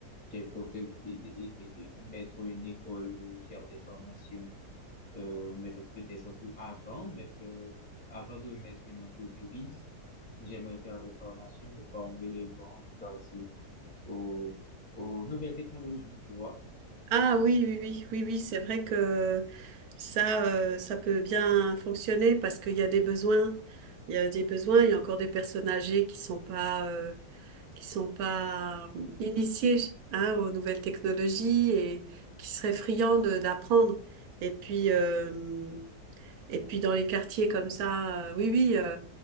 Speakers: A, in the centre; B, on the right.
A: qu'elle peut et, et- et- et mettre une école ou faire des formations, euh, ou mettre des entreprises. Avant, mettre, euh, avant de mettre une entreprise, j'aimerais faire des formations pour former les gens du quartier aux, aux nouvelles technologies, tu vois.
B: Ah oui, oui, oui, oui, oui, c'est vrai que ça, euh, ça peut bien fonctionner parce qu'il y a des besoins. Il y a des besoins, il y a encore des personnes âgées qui sont pas, euh, qui sont pas hum, initiés hein, aux nouvelles technologies et qui seraient friands de- d'apprendre. Et puis, euh, et puis dans les quartiers comme ça, euh, oui, oui, euh,